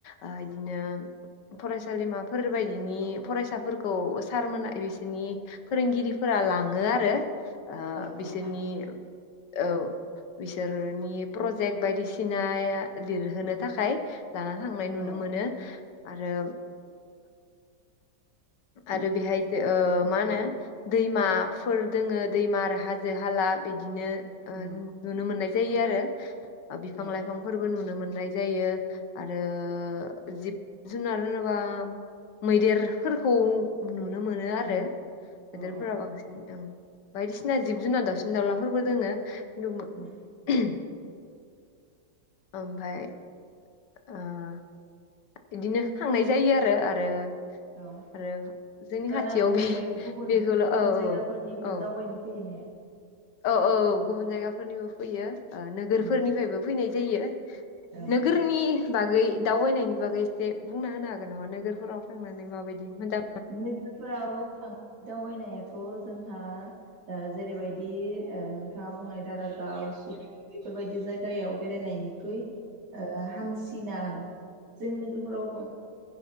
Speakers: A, on the left; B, on the right.
A: ओ इदिनो फरायसालिमाफोर बायदिनि फरायसा फोरखौ सारमोनहा बिसोरनि फोरोंगिरिफोरा लाङो आरो ओ
B: औ
A: बिसोरनि
B: औ
A: औ बिसोरनि प्र जेक बायदिसिना लिरहोनो थाखाय लाना थांनाय नुनो
B: औ
A: मोनो आरो आरो बेहाय जो मा होनो दैमाफोर दोङो दैमा आरो हाजो हाला बिदिनो ओ
B: उम
A: नुनो मोननाय जायो आरो बिफां
B: औ
A: लाइफांफोरबो नुनो मोननाय जायो आरो जिब जुनार होनोबा मैदेर फोरखौ नुनो मोनो आरो
B: उम
A: मैदेरफोरा
B: औ औ
A: बांसिन ओं बायदिसिना जिब जुनार दाउसिन दाउलाफोरबो दोङो
B: उम
A: <unintelligible> ओमफ्राय बिदिनो थांनाय जायो आरो आरो
B: औ
A: आरो जोंनि
B: जानो
A: खाथियाव
B: हागौ
A: बे
B: बेवहाय गुबुन
A: बेखौल' औ
B: गुबुन
A: औ
B: जायगाफोरनिबो
A: औ
B: दावबायनो फैयो ने
A: औ औ औ गुबुन जायगाफोरनिबो फैयो नोगोरफोरनिफ्रायबो
B: उम
A: फैनाय जायो
B: औ
A: नोगोरनि बागै दावबायनायनि बागै एसे बुंना होनो हागोन नामा नोगोरफोराव थांनानै माबायदि मोजां
B: नोगोरफोराव थाना दावबायनायाथ' जोंहा जेरैबायदि नोंथाङा बुंनाय दारागाव सौखि बेफोरबायदि जायगायाव बेरायनायनिख्रुइ हामसिना आरो जों नोगोरफोराव